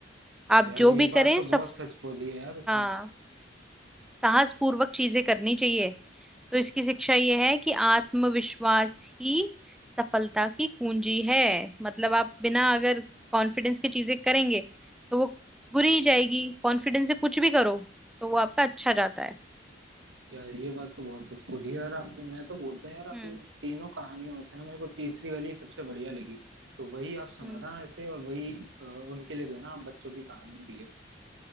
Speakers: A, in the centre; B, on the right (about 85°).
A: आप
B: यार
A: जो
B: ये
A: भी करें
B: बात तो
A: सब
B: बहुत सच बोली है यार उसने
A: हाँ साहस पूर्वक चीजें करनी चाहिए तो इसकी शिक्षा ये है कि आत्मविश्वास ही सफलता की कुंजी है मतलब आप बिना अगर कॉन्फिडेंस की चीजें करेंगे तो वो बुरी ही जाएगी कॉन्फिडेंस से कुछ भी करो तो वो आपका अच्छा जाता है
B: यार ये बात तो बहुत सच बोली यार आपने मैं तो बोलता है यार आप
A: हम्म
B: इन तीनों कहानियों में से ना मेरे को तीसरी वाली सबसे बढ़िया लगी तो वही आप सुनाना
A: हम्म,
B: ऐसे और वही अ, उनके लिए देना आप बच्चों की कहानियों के लिए